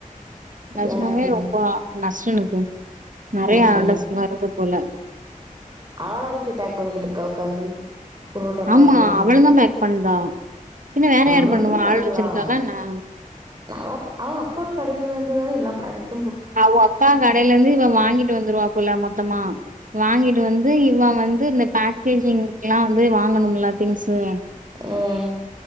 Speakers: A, on the right; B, on the right.
A: நஜினாவே
B: யாருக்கு
A: ரொம்ப நஸ்ரினுக்கு நெறைய
B: ம்
A: ஆட்டஸ்
B: ம்
A: வருது போல
B: அவளா போய் பேக் பண்ணிட்டுருக்கா உக்காந்து ஒரு ஒரு டப்பாவ
A: ஆமா
B: எடுத்து
A: அவளு தா பேக் பண்றா பின்ற வேற யாரு
B: அவளும்
A: பண்ணுவா
B: பண்லா
A: ஆள் வச்சிருக்காலா என்ன
B: அவ அப்ப அவுங்க அப்பா கடைல இருந்துதான எல்லா ப்ராடக்ட்
A: அவ அப்பா கடைல இருந்து இவ வாங்கிட்டு வந்துருவா போல மொத்தமா வாங்கிட்டு வந்து இவன் வந்து இந்த பேக்கேஜிங் க்லா வந்து வாங்கணும்ல திங்ஸு
B: ம்